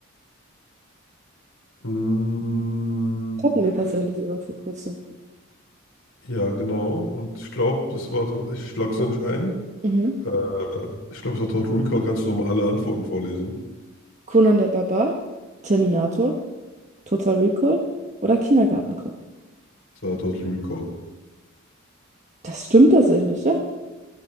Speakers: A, on the left (about 65°); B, on the right (about 35°).
A: Hm,
B: Das hatten wir tatsächlich sogar vor kurzem.
A: ja, genau. Und ich glaube, das war, To- ich log's noch nicht ein.
B: Mhm.
A: Äh, Ich glaube, es war Total Recall. Kannst du nochmal alle Antworten vorlesen?
B: Conan der Barbar, Terminator, Total Recall oder Kindergartenkopf?
A: Es war Total Recall.
B: Das stimmt tatsächlich, ja.